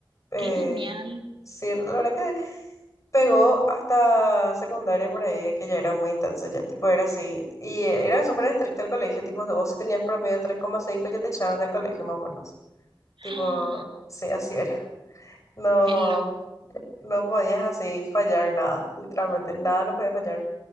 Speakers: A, on the left (about 40°); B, on the right (about 75°).
A: Eh,
B: ¡Qué genial!
A: sí, la verdad que pegó hasta secundaria por ahí, que ya era muy intenso, ya tipo era así. Y era súper estricto el colegio, tipo, vos si tenías promedio de tres coma cinco ya te echaban del colegio más o menos.
B: <gasps>
A: Tipo,
B: ¡Ah!
A: sí, así era. No,
B: ¡Qué loco!
A: no podías así fallar nada, literalmente, nada no podía fallar.